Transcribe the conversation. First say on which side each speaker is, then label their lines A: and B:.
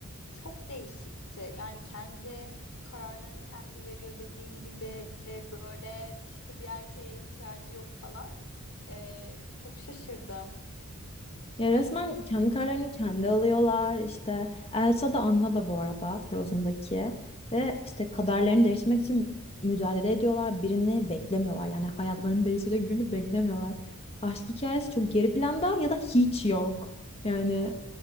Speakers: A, on the left; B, on the left.
A: Çok değişikti. Yani kendi kararlarını kendi veriyor dediğin gibi e, böyle işte bir erkeğe ihtiyacı yok falan. E, çok şaşırdım.
B: Ya resmen kendi kararlarını kendi alıyorlar. İşte Elsa da Anna da bu arada Frozen'daki. Ve işte kaderlerini değiştirmek için mücadele ediyorlar. Birini beklemiyorlar. Yani hayatlarını değiştirecek birini beklemiyorlar. Aşk hikayesi çok geri planda ya da hiç yok. Yani